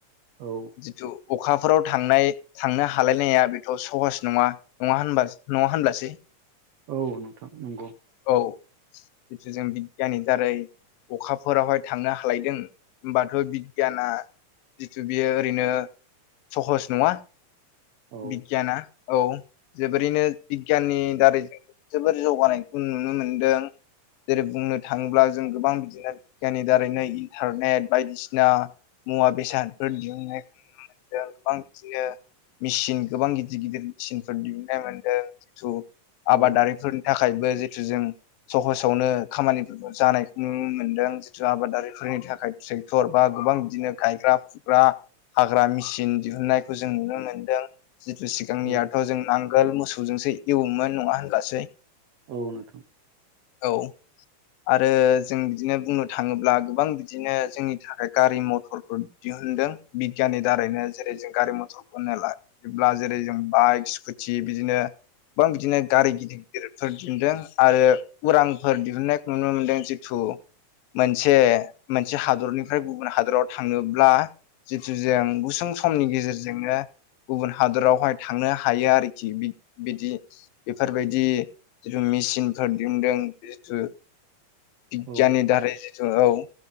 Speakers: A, on the right (about 70°); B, on the left (about 90°).
A: औ
B: जिथु अखा अखफोराव थांनाय थांनो हालायनाया बेथ' सहस नङा नङा होनब नङा होनब्लासै।
A: औ नोंथां नंगौ।
B: ओ जिथु जों बिगियाननि दारै अखाफोरावहाय थांनो हालायदों हबाथ' बिगियाना जिथु बियो ओरैनो सहस नङा।
A: औ
B: बिगियाना औ जोबोरैनो बिगियाननि दारै जोबोर जौगानायखौ नुनो मोनदों जेरै बुंनो थाङोब्ला जों गोबां बिदिनो बिगियाननि दारैनो इन्टारनेट बायदिसिना मुवा बेसादफोर दिहुननायखौ नुनो मोनदों गोबां बिदिनो मेचिन गोबां गिदिर गिदिर मेसिनफोर दिहुननाय मोनदों जिथु आबादारिफोरनि
A: औ
B: थाखाय। जिथु जों सहसावनो खामानि जानाय नुनो मोनदों जिथु आबादारिफोरनि थाखाय ट्रेक्टर बा गोबां बिदिनो गायग्रा फुग्रा हाग्रा मेसिन दिहुनन्नायखौ जों नुनो मोनदों। जिथु सिगांनियाथ'
A: औ
B: जों नांगोल मुस मोसौ जोंसो एवोमोन नङा होनब्लासै।
A: औ नोंथां।
B: औ आरो जों बिदिनो बुंनो थाङोब्ला गोबां बिदिनो जोंनि थाखाय गारि मथर बो दिहुनदों बिगियाननि दारैनो जेरै जों गारि मथरखौ होनो ला बेब्ला जेरै जों बाइक स्कुटि बिदिनो गोबां बिदिनो गारि गिदिर गिदिरफोर दिहुनदों आरो उरांफोर दिहुननायखौ नुनो मोनदों जिथु मोनसे मोनसे हादरनिफ्राय गुबुन हादर थाङोब्ला जितु जों गुसुं समनि गेजेरजोंनो गुबुन हादरावहाय थांनो हायो आरोखि बिदि बेफोरबायदि जिथु मेचिनफोर दिहुनदों जिथु बिगियाननि
A: औ
B: दारै जिथु औ।